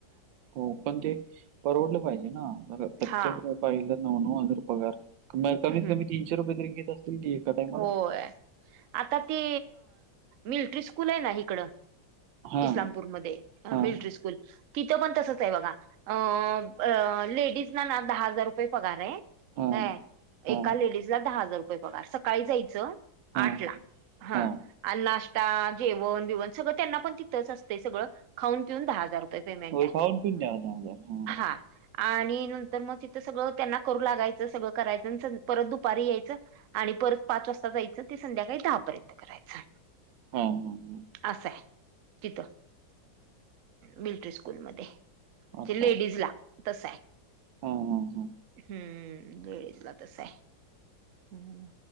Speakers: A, on the right; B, on the right.
A: हो पण ते परवडलं पाहिजे ना प्रत्येक
B: हा
A: जण बाईला नव नव हजार पगार, कमीत
B: हम्म
A: कमी तीनशे रुपय तरी घेत असतील ती ऐका टाई
B: होय आता ती मिलटरी स्कूल हाय ना हीकडं
A: हां,
B: इस्लामपूर मध्ये
A: हां,
B: मिलट्री स्कूल तिथं पण तसच आहे बघा अं लेडीज ना ना दहा हजार रुपये पगार ये काय,
A: हां, हां,
B: एका लेडीजला दहा हजार रुपये पगार, सकाळी जायचं
A: हां,
B: आट ला हा
A: हां.
B: आणि नाश्ता, जेवण, बिवन सगळं त्यांना पण तिथंच असतय सगळं खाऊन पिऊन दहा हजार रुपये पेमेंट
A: होय,
B: आय.
A: खाऊन-पिऊन द्यावा हां,
B: आ हा. आणि नंतर म तिथं सगळं त्यांना करू लागायचं, सगळं करायचं, परत दुपारी यायचं आणि परत पाच वाजता जायचं ते संध्याकाळी दहापर्यंत करायचं.
A: हां, हां, हां.
B: आस हाय. तिथं, मिलटरी स्कूल मध्ये, म्हणजे
A: अच्छा.
B: लेडीज ला तस हाय.
A: हां, हां, हां.
B: हम्म लेडीज ला तस हाय हम्म.